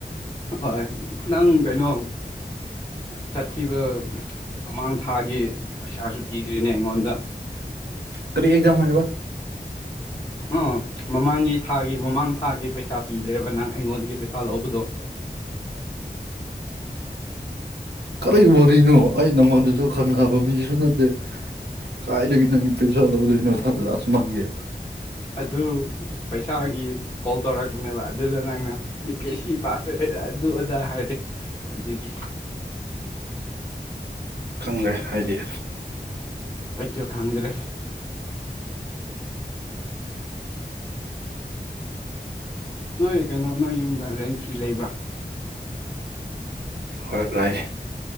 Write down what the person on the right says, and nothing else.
ꯇꯔꯤ ꯑꯦꯖꯥꯝ ꯍꯥꯏꯕ
ꯀꯔꯤ ꯋꯥꯔꯤꯅꯣ ꯑꯩ ꯅꯪꯉꯣꯟꯗꯁꯨ ꯈꯪꯅꯕ ꯃꯤꯁꯨ ꯅꯠꯇꯦ ꯀꯥꯏꯗꯣꯏꯗꯒꯤ ꯅꯪꯒꯤ ꯄꯩꯁꯥ ꯂꯧꯗꯣꯏꯅꯣ ꯊꯥ ꯂꯥꯛꯑꯁꯨ ꯃꯥꯡꯒꯦ
ꯈꯪꯗ꯭ꯔꯦ ꯍꯥꯏꯗꯤ
ꯍꯣꯏ ꯂꯩꯏ